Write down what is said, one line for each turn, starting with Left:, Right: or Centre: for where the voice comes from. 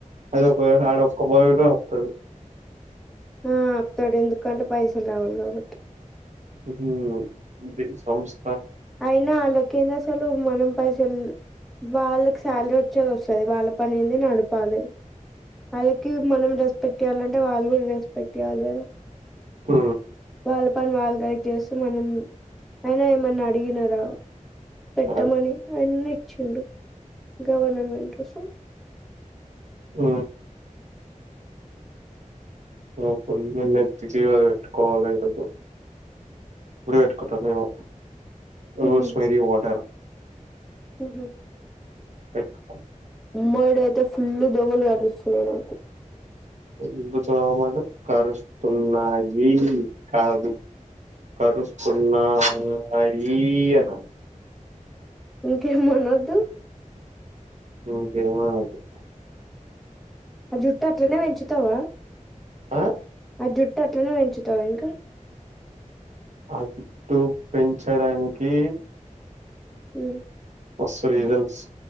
Right: అదే ఒక వేళ ఆడ ఒక్క బాయ్ వున్నా అప్తడు
Centre: ఆ ఆప్తడు ఎందుకంటే పైసల్ రావాలే కాబట్టి
Right: ఉహు దీన్ సౌండ్స్
Centre: అయినా ఆళ్ళకేందసలు మనం పైసల్ వాళ్ళకి శాలరీ వచ్చేది వస్తుది వాళ్ళ పని ఏంది నడపాలి అళ్కి మనం రెస్పెక్ట్ చేయ్యాలం అంటే వాళ్లు గూడ రెస్పెక్ట్ ఇయలే
Right: ఊ
Centre: వాళ్ళపన్ వాల్ దయచేస్ నా ముంద్ అయిన ఏమన్న అడిగినరా పెట్టమణి
Right: అదే
Centre: అన్ని చ్చిండు గౌర్నమెంట్ సొ
Right: ఊ ఆపల్ నెన్ నెత్తికి ఇవ వెట్టుకోవాలి ఇరోజు ఉలి కట్టుకుంటాం మేము ఒ
Centre: ఉహు
Right: స్వరి వాటర్
Centre: ఉహు
Right: పెట్
Centre: మోడైతె సి ఫుల్ <unintelligible> వాటర్ వస్తునాయ్ నాకు
Right: ఫుల్లు దోమలు కరుస్తున్నాయి కాదు కరుస్తున్నాయయి అనాలి
Centre: ఇంకేం అనొద్దు
Right: ఇంకేం అనొద్దు
Centre: ఆ జుట్టు అట్లనే వెంచుతవా
Right: ఆ
Centre: ఆ జుట్టు అట్లనే పెంచుతవ ఇంక
Right: ఆ జుట్టూ పెంచడానికీ
Centre: ఉ
Right: మస్త్ రీజన్స్